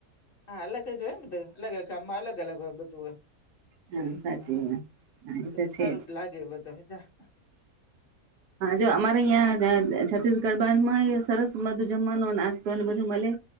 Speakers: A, on the left; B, on the right.
A: હા અલગ જ હોય ને તો અલગ ગામમાં અલગ અલગ હોય બધું હોય
B: હા
A: હોય
B: સાચી
A: હમ્મ
B: વાત હા એ
A: બધું
B: તો છે
A: સારું જ લાગે બધાને ત્યાં
B: હાં જો અમારે અહીં છત્તીસગઢ <unintelligible> માંય સરસ મધું જમવાનું નાસ્તોને બધું મલે